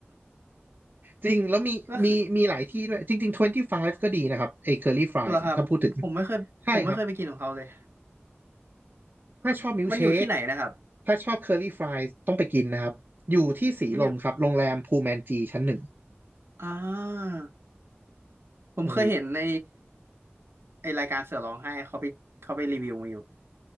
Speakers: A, on the right; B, on the right.
A: จริงแล้วมีมีมีหลายที่ด้วยจริงๆ25ก็ดีนะครับไอ้เคอรี่ฟรายส์นะถ้าพูดถึง
B: <laughs> ก็คือ เหรอครับผมไม่เคยผมไม่เคยไปกินของเขาเลย
A: ใช่ครับถ้าชอบมิลค์เชค
B: มันอยู่ที่ไหนนะครับ
A: ถ้าชอบเคอรี่ฟรายส์ต้องไปกินนะครับอยู่ที่สีลมครับโรงแรมพูแมนจีชั้นหนึ่ง
B: มันอยู่อ่าผมเคยเห็นใน
A: เออ
B: ไอรายการเสือร้องไห้เขาไปเขาไปรีวิวมาอยู่